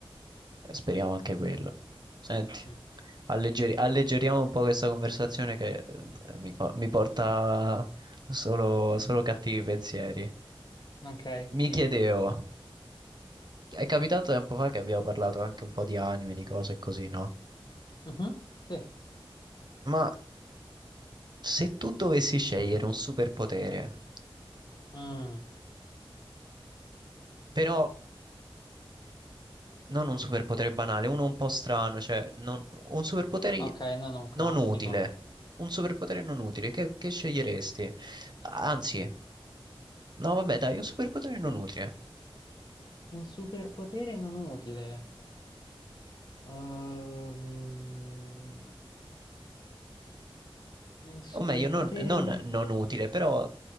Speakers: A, on the right; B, on the left.
A: E speriamo anche quello. Senti,
B: Mm,
A: alleggeri- alleggeriamo un po' questa conversazione che eh, mi, po- mi porta solo, solo cattivi pensieri.
B: ok,
A: Mi
B: dimmi.
A: chiedevo. È capitato tempo fa che abbiamo parlato anche un po' di anime, di cose e così, no?
B: Mhm, sì.
A: Ma se tu dovessi scegliere un superpotere,
B: Mm,
A: però non un superpotere banale, uno un po' strano, cioè non- un superpotere
B: ok, non un classico.
A: non utile, un superpotere non utile, che, che sceglieresti? Anzi,
B: Un
A: no, vabbè, dai, un superpotere non utile,
B: un superpotere non utile. Ehm, un superpotere
A: o meglio, non non,
B: non...
A: non utile, però